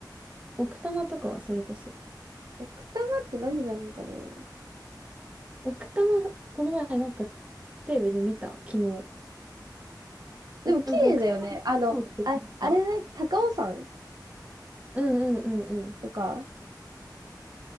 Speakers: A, on the right (about 20°); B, on the right (about 60°).
A: 奥多摩とかはそれこそ。
B: 奥多摩って何があるのかね
A: 奥多摩、この前なんかテレビで見た、昨日。
B: でも綺麗だよね。
A: ななんか奥多
B: あの、
A: 摩そうって見た。
B: あ、あれじゃない高尾山
A: うんうんうんうん。
B: とか、